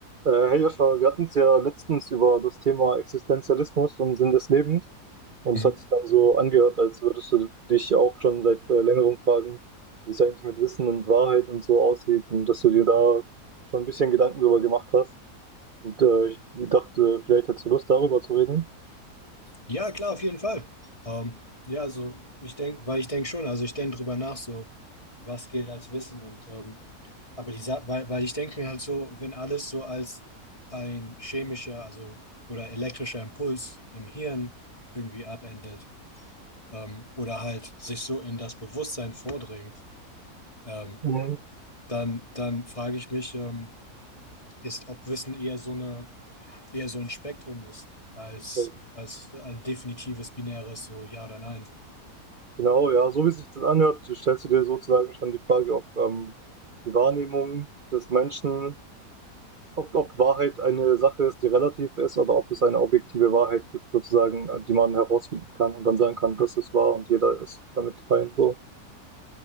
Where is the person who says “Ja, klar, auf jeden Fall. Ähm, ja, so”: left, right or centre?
Left